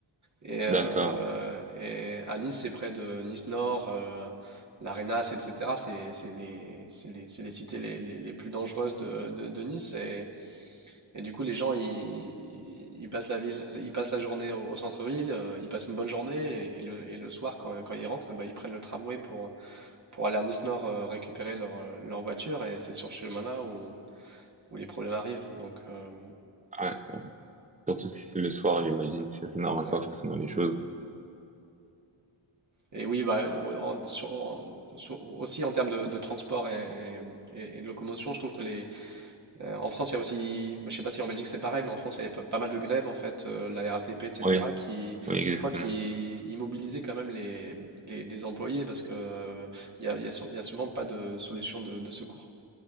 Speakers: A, on the right; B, on the right.
A: Et, euh,
B: d'accord.
A: et à Nice, c'est près de Nice Nord, euh, l'Arenas, etc. C'est c'est les, c'est les, c'est les cités les, les- les plus dangereuses de, de- de Nice. Et, et du coup, les gens, ils, ils passent la ville, ils passent la journée au, au centre-ville, euh, ils passent une bonne journée. Et, et le, et le soir, quand, quand ils rentrent, eh ben, ils prennent le tramway pour, pour aller à Nice Nord euh, récupérer leur, euh, leur voiture. Et c'est sur ce chemin-là où, où les problèmes arrivent. Donc, euh,
B: Ouais, ouais. Surtout si c'est le soir, j'imagine, ça ne
A: ouais.
B: pas forcément les choses.
A: Et oui, bah, en- sur- en- sur- aussi en termes de, de transport et, et- et de locomotion, je trouve que les, euh, en France, il y a aussi, bah, je sais pas si en Belgique c'est pareil, mais en France, il y avait pas, pas mal de grèves en fait, euh, la RATP, etc.,
B: Oui,
A: qui
B: oui, exactement.
A: des fois qui immobilisaient quand même les, les, les employés parce que euh, il y a, il y a sou- il y a souvent pas de solution de, de secours.